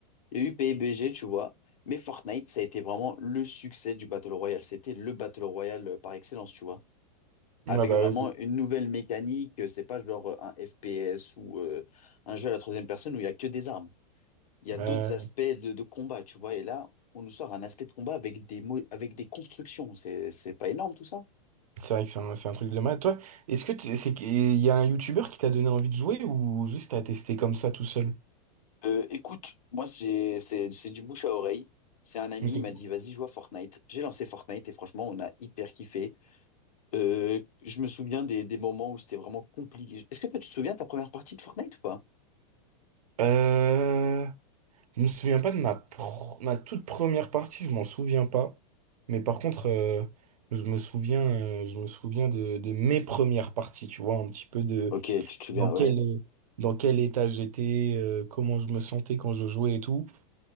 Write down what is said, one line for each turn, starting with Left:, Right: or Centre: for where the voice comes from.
Left: Il y a eu PUBG, tu vois. Mais Fortnite, ça a été vraiment le succès du Battle Royale. C'était le Battle Royale euh, par excellence, tu vois. Avec
Right: Ouais, bah
Left: vraiment
Right: oui. oui.
Left: une nouvelle mécanique, euh, c'est pas genre euh, un FPS ou euh, un jeu à la troisième personne où il y a que des armes il y a d'autres
Right: Euh,
Left: aspects de, de combat, tu vois. Et là, on nous sort un aspect de combat avec des, mo- avec des constructions. C'est, c'est pas énorme tout ça?
Right: c'est vrai que c'est un, c'est un truc de mal. Toi, est-ce que tu- c'est qu'il y a un YouTuber qui t'a donné envie de jouer ou juste t'as testé comme ça tout seul?
Left: Euh, écoute, moi, j'ai- c'est c'est du bouche à oreille. C'est un ami,
Right: Ok.
Left: il m'a dit, vas-y, joue à Fortnite. J'ai lancé Fortnite et franchement, on a hyper kiffé. Euh, je me souviens des, des moments où c'était vraiment compliqué. Est-ce que toi, tu te souviens de ta première partie de Fortnite ou pas?
Right: Euh, je me souviens pas de ma, pr- ma toute première partie, je m'en souviens pas. Mais par contre, euh, je me souviens, euh, je me souviens de, de mes premières parties, tu vois, un petit peu de.
Left: Ok, tu te souviens,
Right: dans quel,
Left: ouais.
Right: dans quel état j'étais, euh, comment je me sentais quand je jouais et tout.